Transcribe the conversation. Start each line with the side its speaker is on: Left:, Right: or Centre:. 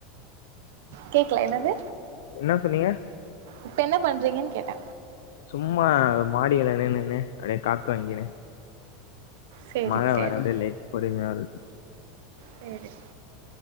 Right: கேக்கல என்னது
Left: என்ன சொன்னீங்க
Right: இப்ப என்ன பண்றீங்கன் கேட்ட
Left: சும்மா மாடில நின்னு னு அப்டியே காத்து வாங்கினு
Right: சேரி
Left: மழ
Right: சேரி
Left: வர அப்டே லைட் பொறுமையா வருது
Right: சேரி <inaudible>